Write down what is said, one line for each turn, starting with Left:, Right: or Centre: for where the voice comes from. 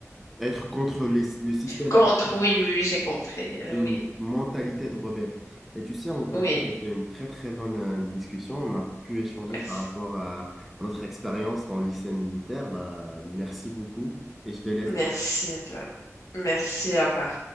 Centre: être contre les- le système.
Left: Contre, oui, oui, oui, j'ai compris. Euh,
Centre: C'est une
Left: oui,
Centre: mentalité de rebelle. Et tu sais, en tout
Left: oui,
Centre: cas, c'était une très très bonne euh, discussion. On a pu échanger
Left: merci.
Centre: par rapport à notre expérience dans le lycée militaire. Bah, merci beaucoup et je te laisse
Left: Merci
Centre: là.
Left: à toi. Merci, à revoir.